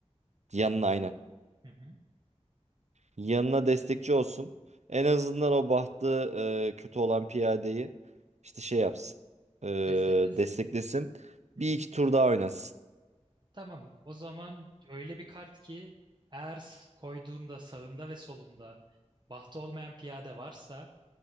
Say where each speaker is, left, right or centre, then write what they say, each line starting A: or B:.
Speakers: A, on the right (about 70°); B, on the right (about 40°).
A: yanına aynen.
B: Hı hı.
A: Yanına destekçi olsun. En azından o bahtı e, kötü olan piyadeyi işte şey yapsın. E,
B: Desteklesin.
A: desteklesin.
B: Hı
A: Bir
B: hı.
A: iki tur daha oynasın.
B: Tamam. O zaman öyle bir kart ki eğer s- koyduğunda sağında ve solunda bahtı olmayan piyade varsa